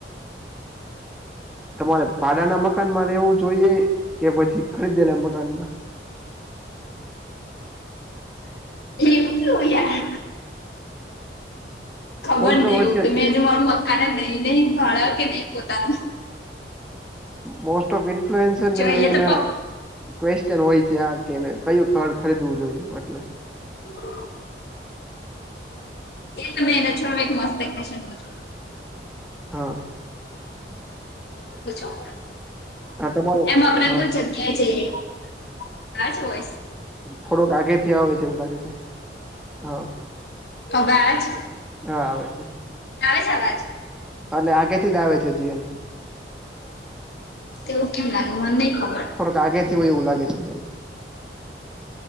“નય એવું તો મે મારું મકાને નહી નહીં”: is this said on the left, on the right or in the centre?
Left